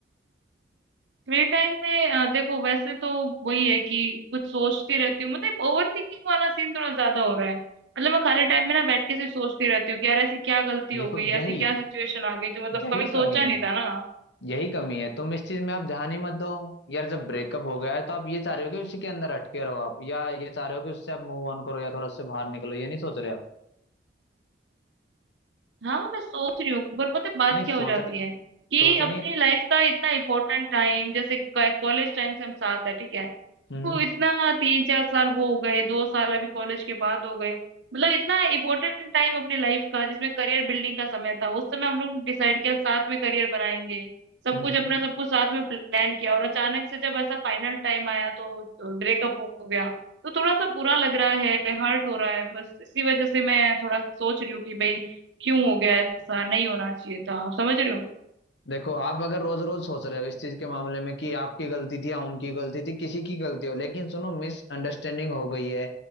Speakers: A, on the right; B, on the left.
A: फ्री टाइम में अ, देखो वैसे तो वही है कि कुछ सोचती रहती हूँ मतलब ओवर थिंकिंग वाला सीन थोड़ा ज्यादा हो रहा है मतलब मैं खाली टाइम में ना बैठ के सिर्फ सोचती रहती हूँ कि यार ऐसी क्या गलती हो
B: ये तो
A: गई
B: यही
A: ऐसी क्या सिचुएशन आ गई जो मतलब
B: यही
A: कभी सोचा
B: कमी है
A: नहीं था ना
B: यही कमी है तुम इस चीज में आप ध्यान ही मत दो यार जब ब्रेकअप हो गया है तो आप ये चाह रहे हो कि उसी के अंदर अटके रहो आप या ये चाह रहे हो कि उससे आप मूव ऑन करो या थोड़ा उससे बाहर निकलो ये नहीं सोच रहे आप
A: हाँ मैं सोच रही हूँ पर पता है बात
B: नहीं
A: क्या
B: सोचने
A: हो जाती है कि
B: सोचनी
A: अपनी लाइफ का इतना इम्पोर्टेंट टाइम जैसे कॉलेज टाइम से हम साथ है ठीक है
B: हम्म
A: वो इतना तीन चार साल वो हो गए दो साल अभी कॉलेज के बाद हो गए मतलब इतना इम्पोर्टेंट टाइम अपनी लाइफ का जिसमें करियर बिल्डिंग का समय था उस समय हम लोग डिसाइड किया साथ में करियर बनाएंगे सब
B: हम्म
A: कुछ
B: हम्म।
A: अपना सब कुछ साथ में प्लान किया और अचानक से जब ऐसा फाइनल टाइम आया तो ब्रेकअप हो गया तो थोड़ा सा बुरा लग रहा है हर्ट हो रहा है बस इसी वजह से मैं थोड़ा सोच रही हूँ कि भाई क्यों हो गया ऐसा नहीं होना चाहिए था आप समझ रहे हो
B: देखो आप अगर रोज रोज सोच रहे हो इस चीज के मामले में कि आपकी गलती थी या उनकी गलती थी किसी की गलती हो लेकिन सुनो मिसअंडरस्टैंडिंग हो गई है